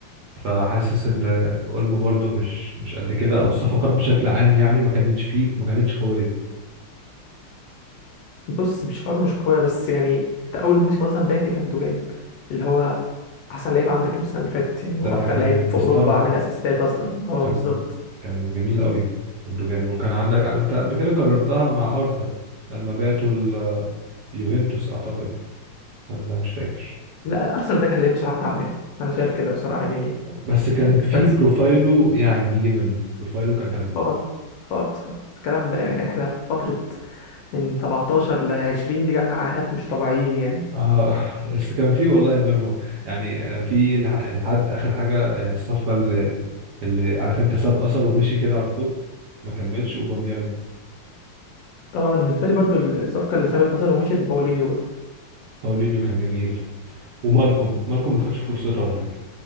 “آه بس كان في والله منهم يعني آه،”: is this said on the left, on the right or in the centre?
Right